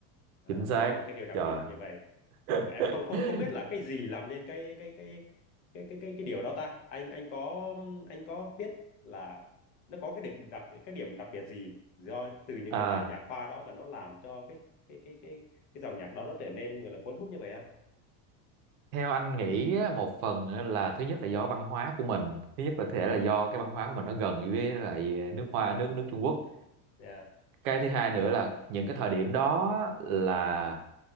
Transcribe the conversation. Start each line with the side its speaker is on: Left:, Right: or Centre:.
Left: à,
Right: chính
Left: nó
Right: xác
Left: có một cái điều đặc
Right: trời
Left: biệt như vậy
Right: <laughs>
Left: mà em không không không biết là cái gì làm nên cái cái cái cái cái cái cái điều đó ta anh anh có anh có biết là nó có cái điểm đặc cái điểm đặc biệt gì do từ những
Right: à,
Left: cái bài nhạc khoa đó mà nó làm cho cái cái cái cái cái dòng nhạc đó nó trở nên gọi là cuốn hút như vậy không?
Right: theo anh nghĩ á, một phần á là thứ nhất là do văn hóa của mình thứ nhất là có
Left: Ừ,
Right: thể là do cái văn hóa của mình nó gần với lại nước Hoa nước nước Trung Quốc
Left: dạ,
Right: cái thứ hai nữa là những cái thời điểm đó là